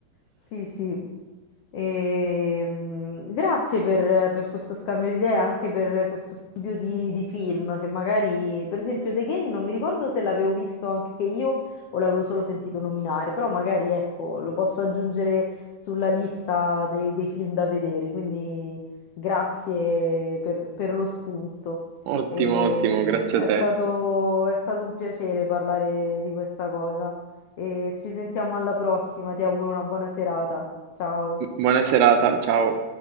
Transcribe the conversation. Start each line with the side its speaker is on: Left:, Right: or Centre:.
Left: Sì, sì. E, mm, grazie per, per questo scambio di idee, anche per questo scambio di, di film, che magari, per esempio, The Game non mi ricordo se l'avevo visto anche io o l'avevo solo sentito nominare, però magari ecco, lo posso aggiungere sulla lista dei, dei film da vedere, quindi grazie per, per lo spunto.
Right: Ottimo,
Left: E,
Right: ottimo, grazie
Left: mm, è
Right: a te.
Left: stato, è stato un piacere parlare di questa cosa e ci sentiamo alla prossima, ti auguro una buona serata. Ciao.
Right: Buona serata, ciao.